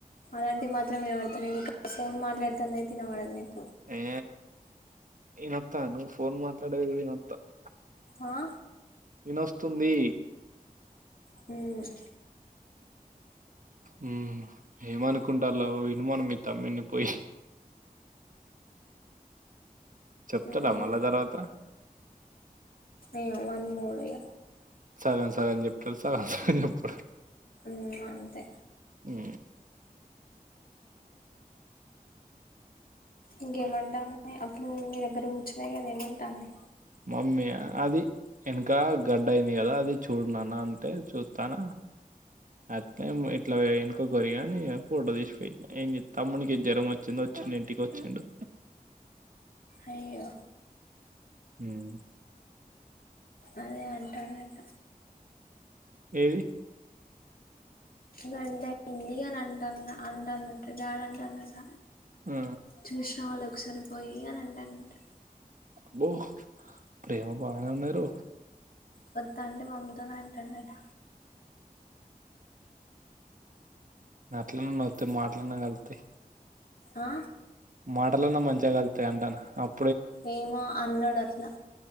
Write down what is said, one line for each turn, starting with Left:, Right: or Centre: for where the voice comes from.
Left: ఆటంటీయి మాత్రం ఇనబడతాయ్ నేను ఇక్కడ ఫోన్ మాట్లాడుతాందైతే ఇనబడదు నీకు
Right: ఏ ఇనొతాంది నువ్ ఫోన్ మాట్లాడేది కుడా ఇనొతాంది
Left: ఆ
Right: ఇనొస్తుంది
Left: మ్
Right: మ్ ఏమనుకుంటాలో విను మను మీ తమ్మున్ని పోయి చెప్తాడా
Left: ఉమ్
Right: మళ్ళా తర్వాత
Left: ఏమొ వాన్ మూడిగ
Right: సగం సగం చెప్తాడు సగం సగం చెప్పడు
Left: మ్ అంతే
Right: మ్
Left: ఇంకేమంటాంది అప్పుడు మీదగ్గర కూర్చునే కద ఏమంటాంది
Right: మమ్మ ఆ అది ఎనకా గడ్డ అయింది కదా అది చూడున్నాన్న అంటే చూత్తానా అట్లెం ఇట్లా ఎనుకకోరిగిన ని ఫోటో తీసిపెట్నా ఏం తమ్ముకి జ్వరం వచ్చింది వచ్చిండు ఇంటికి వచ్చిండు
Left: అయ్యో
Right: మ్
Left: అదే అంటాండట
Right: ఏది
Left: గడ్డ అయింది అని అంటన్న అంటందట డాడీ అంటండట
Right: ఆ
Left: చూసి రావాలె ఒకసారిపోయి అని అంటండట
Right: అబ్బో ప్రేమ బాగనే ఉన్నాది రో
Left: కఒత్తంటే మమ్మీ తోని అంటండట
Right: అట్లనన్న ఓతే మాట్లన్నా కలుత్తయ్
Left: ఆ
Right: మాటలన్నా మంచిగా కలుతాయి అంటన అప్
Left: ఏమో అన్నాడు అట్లా